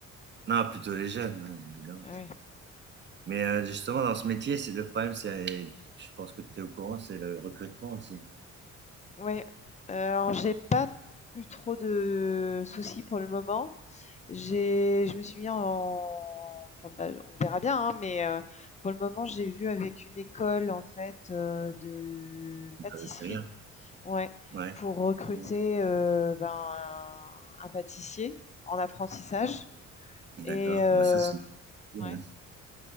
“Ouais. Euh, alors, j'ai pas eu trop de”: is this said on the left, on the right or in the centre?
Left